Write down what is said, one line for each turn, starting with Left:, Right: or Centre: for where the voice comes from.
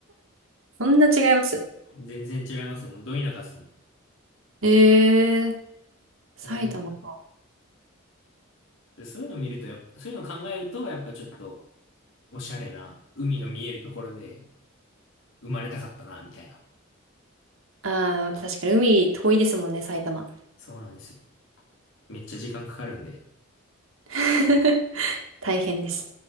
Right: そんな違います。
Left: <laughs> 全然違いますよ。もうど田舎っすもん。
Right: えー、埼玉か。
Left: 何もてそういうの見ると、やっぱ、そういうの考えると、やっぱちょっと、おしゃれな、海の見えるところで生まれたかったな、みたいな。
Right: ああ、確かに海遠いですもんね、埼玉。
Left: そうなんですよ。めっちゃ時間かかるんで。
Right: <laughs> 大変です。